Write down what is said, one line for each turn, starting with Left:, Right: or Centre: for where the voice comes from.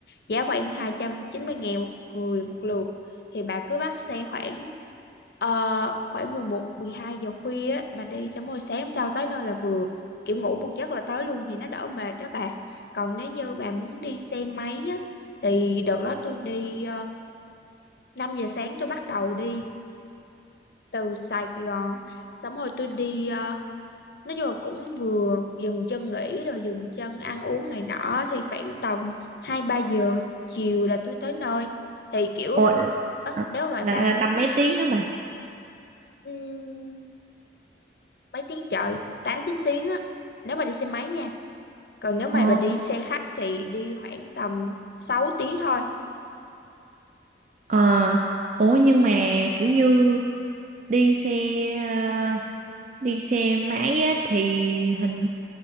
Left: giá khoảng 290 ngàn một người một lượt. Thì bà cứ bắt xe khoảng ờ, khoảng 11 12 giờ khuya á, bà đi xong rồi sáng hôm sau tới nơi là vừa. Kiểu ngủ một giấc là tới luôn thì nó đỡ mệt đó bà. Còn nếu như bà muốn đi xe máy thì đợt đó tôi đi uh, 5 giờ sáng tôi bắt đầu đi từ Sài Gòn xong rồi tôi đi ờ, nói chung là cũng vừa dừng chân nghỉ rồi dừng chân ăn uống này nọ thì khoảng tầm 2 3 giờ chiều là tôi tới nơi thì kiểu
Right: Ủa,
Left: ớ,
Right: à,
Left: nếu mà
Right: là,
Left: bà
Right: là
Left: muốn
Right: tầm mấy tiếng á bà?
Left: ừm, mấy tiếng trời 8 9 tiếng á nếu mà đi xe máy nha còn nếu mà
Right: Ồ,
Left: bà đi xe khách thì đi khoảng tầm 6 tiếng thôi
Right: ờ, ủa nhưng mà kiểu như đi xe ờ, đi xe máy á thì hình